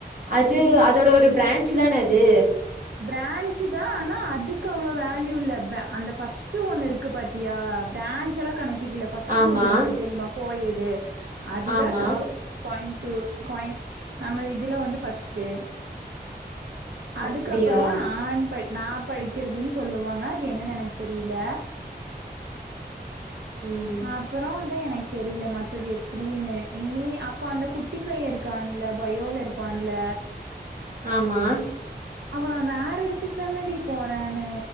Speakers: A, on the right (about 50°); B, on the right (about 85°).
A: அது
B: இல்ல
A: அதோட ஒரு ப்ரான்ச் தான அது
B: ப்ரான்ஞ்சு தா ஆனா அதுக்கு அவ்ளோ வேல்யூ இல்ல அந்த பஸ்ட் ஒண்ணு இருக்கு பாத் தியா ப்ரான்சல்லா கணக்கிக்கில்ல ஃபஸ்ட்
A: ஆமா
B: ஒண்ணு இருக்கு தெரியுமா கோயெடு அதுதா
A: ஆமா
B: டாப் கோயம்த்தூர் கோய நம இதுல வந்து ஃபர்ஸ்ட்டு அதுக்கப்புற
A: அப்டியா
B: நான் ப நா படிக்கிறதுன் சொல்லுவாங்க அது என்னன்னு எனக்கு தெரியல
A: ம்
B: அப்புற தா எனக்கு தெரியல மத்தது எப்டினு இனி அப்போ அந்த குட்டி பைய இருக்கான்ல பயோல இரு பான்ல
A: ஆமா
B: அவ வேற எடத்துக்கு தானாடி போறனு